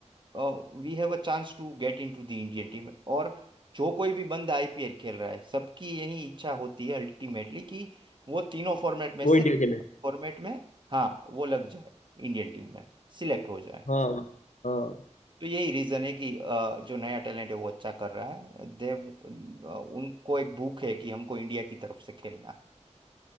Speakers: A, on the right (about 40°); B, on the left (about 85°).
A: we have a chance to get into the Indian team और जो कोई भी बंदा आईपीएल खेल रहा है सबकी यही इच्छा होती है अल्टीमेटली कि वो तीनों फॉर्मेट में
B: वो
A: से
B: इंडिया के लिए
A: फॉर्मेट में हाँ वो लग जाए इंडियन टीम में सिलेक्ट हो जाए
B: हाँ हाँ
A: तो यही रीजन है कि अ, जो नया टैलेंट है वो अच्छा कर रहा है देव उनको एक भूख है कि हमको इंडिया की तरफ से खेलना है